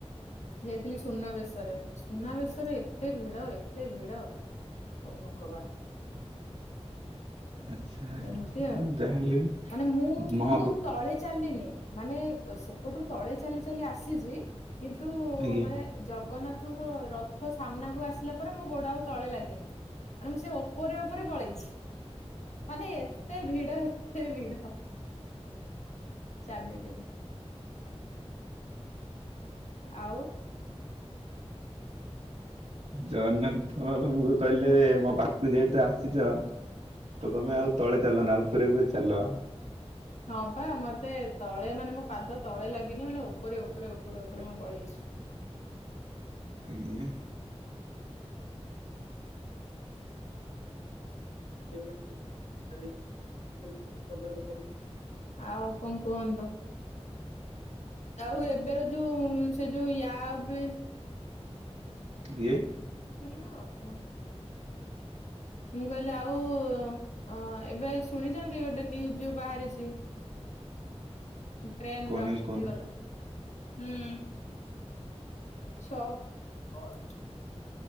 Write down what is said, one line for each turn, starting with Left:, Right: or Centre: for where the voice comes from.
Left: ଯାଇଥିଲି ସୁନାବେଶରେ, ସୁନାବେଶ ରେ ଏତେ ଭିଡ ଏତେ ଭିଡ। ଓ ଭଗବାନ।
Right: ଆଚ୍ଛା
Left: ଏମିତି ଆଉ
Right: ଯାହାହେଲେ ବି
Left: ମାନେ ମୁଁ
Right: ମହାପ୍ର
Left: ମୁଁ ତଳେ ଚାଲିିନି। ମାନେ ସେପଟୁ ତଳେ ଚାଲି ଚାଲି ଆସିଛି। କିନ୍ତୁ
Right: ଆଜ୍ଞା
Left: ମାନେ ଜଗନ୍ନାଥଙ୍କ ରଥ ସାମ୍ନାକୁ ଆସିଲା ପରେ ମୁଁ ଗୋଡ ଆଉ ତଳେ ଲାଗେ ନାହି ମାନେ ମୁଁ ସେ ଉପରେ ଉପରେ ପଳେଇଛି, ମାନେ ଏତେ ଭିଡ ଏତେ ଭିଡ଼। ଚାବି ଦେନୁ। <unintelligible> ଆଉ
Right: ଜଗନ୍ନାଥ ପ୍ରଭୁଙ୍କୁ କହିଲେ ମୋ ପାଖକୁ ଯେହେତୁ ଆସିଛ। ତ ତମେ ଆଉ ତଳେ ଚାଲନା ଉପରେ ଉପରେ ଚାଲ।
Left: ହଁ ବା ମତେ ତଳେ ମାନେ ମୋ ପାଦ ତଳେ ଲାଗି ମାନେ ଉପରେ ଉପରେ ଉପରେ ଉପରେ ମୁଁ ପଳେଇଛି।
Right: ଆଜ୍ଞା
Left: <unintelligible> <unintelligible> <unintelligible> ଆଉ କଣ କୁହନ୍ତୁ? ଆଉ ଏବେର ଯୋଉ ସେ ଯୋଉ ୟା ବ୍ରିଜ
Right: ଇଏ।
Left: <unintelligible> ମୁଁ କହିଲି ଆଉ ଅଁ ଏବେ ଶୁଣିଛନ୍ତି ଗୋଟେ ନ୍ୟୁଜ ଯୋଉ ବାହାରିଛି?
Right: <inaudible>
Left: ଟ୍ରେନର
Right: କୋଉ ନ୍ୟୁଜ କହୁନ
Left: ହେଇଗଲା। ହୁଁ ଛଅ ହବ ଟି।